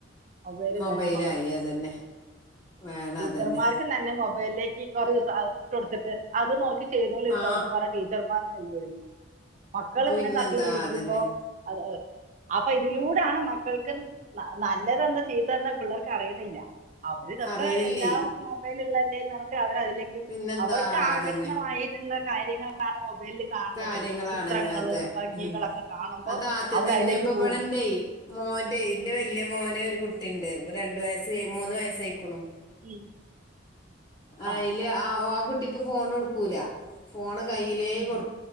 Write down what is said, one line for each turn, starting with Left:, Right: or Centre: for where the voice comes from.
Right: മൊബൈല്
Left: മൊബൈലായി
Right: വേണം.
Left: അതന്നെ വേണം
Right: ടീച്ചർമാർക്ക്
Left: അതന്നെ
Right: തന്നെ മൊബൈലിലേക്ക് കൊടുത്തിട്ട് അത് നോക്കി- ചെയ്തോളിട്ടോന്ന്
Left: ആ
Right: പറയ ടീച്ചർമാര് കയ്യൊയി - മക്കള്
Left: പിന്നെന്താ
Right: പിന്നെ തപ്പി പിടിക്കുമ്പോ
Left: അതന്നെ
Right: അ അപ്പൊ ഇതിലൂടൊണ് മ - മക്കൾക്കും നല്ലതെന്താ ചീത്തത് എന്ത് പിള്ളേർക്ക് അറിയുന്നില്ല.
Left: അറിയണില്ലേ
Right: എല്ലാം മൊബൈളിൽ തന്നെ ഉള്ളല്ലേന്ന് പറഞ്ഞ് അവര അതിലേക്ക്
Left: പിന്നെന്താ
Right: അവർക്ക് ആകർഷണമായിട്ടുള്ള-
Left: അതന്നെ
Right: കാര്യങ്ങളാണ്. മൊബൈലില് കാണുന്നത്
Left: കാര്യങ്ങളാണ്
Right: ചിത്രങ്ങളും
Left: അതെ
Right: ഭംഗികളൊക്കെ
Left: ഉം
Right: കാണുമ്പോ
Left: അത് ആദ്യം
Right: അവർ
Left: തന്നെ
Right: അതിലേക്ക്
Left: ഇപ്പൊ
Right: പോവും.
Left: ഇവിടെന്റെ മോന്റെ ഇതിന്റെ വല്യ മോന് ഒരു കുട്ടിണ്ട് രണ്ടു വയസ്സ് മൂന്ന് വയസ്സയികുന്നു.
Right: ഉം,
Left: അതില്
Right: ആ
Left: ആ ആ കുട്ടിക്ക് ഫോൺ കൊടുക്കൂല ഫോണ്- കയ്യിലേ
Right: ഉം,
Left: കൊടുക്ക് -